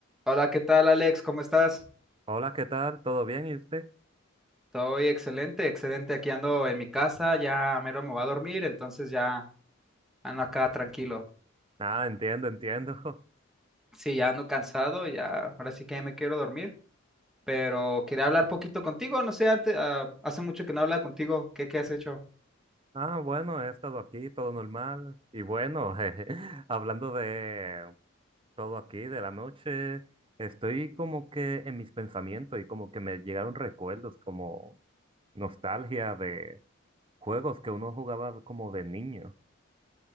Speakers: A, in the centre; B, on the right.
A: Hola, ¿qué tal, Alex? ¿Cómo estás?
B: Hola, ¿qué tal? ¿Todo bien? ¿Y usted?
A: Estoy excelente, excelente. Aquí ando en mi casa, ya mero me voy a dormir, entonces ya ando acá tranquilo.
B: Ah, entiendo, entiendo. <laughs>
A: Sí, ya ando cansado, ya ahora sí que ya me quiero dormir, pero quería hablar poquito contigo, no sé, antes, ah, hace mucho que no hablaba contigo, ¿qué, qué has hecho?
B: Ah, bueno, he estado aquí, todo normal. Y bueno, <laughs> jeje, hablando de todo aquí, de la noche, estoy como que en mis pensamientos y como que me llegaron recuerdos, como nostalgia de juegos que uno jugaba como de niño.